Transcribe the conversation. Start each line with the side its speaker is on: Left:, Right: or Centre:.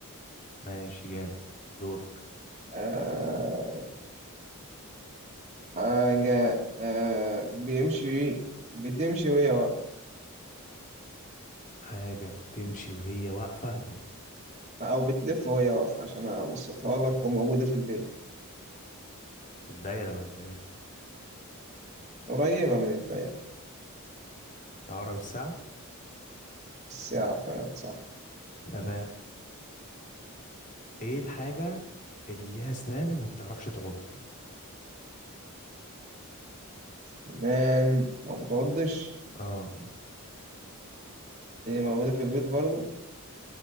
Left: ماشي جامد دورك
Right: آه، حاجة آه، بيمشي بتمشي وهي واقفة
Left: حاجة بتمشي وهي واقفة
Right: أو بتلف وهي واقفة عشان أبسطها لك وموجودة في البيت
Left: الدايرة ولا ايه
Right: قريبة من الدايرة
Left: عقرب الساعة
Right: الساعة فعلا صح
Left: تمام <clears throat> ايه الحاجة اللي ليها اسنان وما بتعرفش تعض
Right: كمان ما بتعضش
Left: اه
Right: هي موجودة في البيت برضو